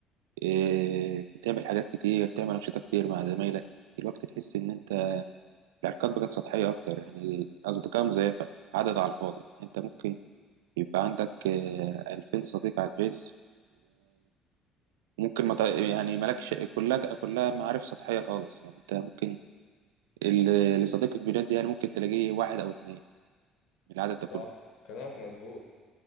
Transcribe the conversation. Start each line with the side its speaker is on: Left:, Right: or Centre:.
Right: آه، تعمل حاجات كتير تعمل انشطه كتير مع زمايلك دلوقتي تحس ان انت العلاقات بقت سطحيه اكتر يعني اصدقاء مزيفه عدد على الفاضي انت ممكن يبقى عندك آه، 2000 صديق على الفيس ممكن ما تع- يعني مالكش كلها كلها معارف سطحية خالص يعني انت ممكن اللي صديقك بجد يعني ممكن تلاقيه واحد او اتنين من العدد ده كله
Left: صح كلامك مظبوط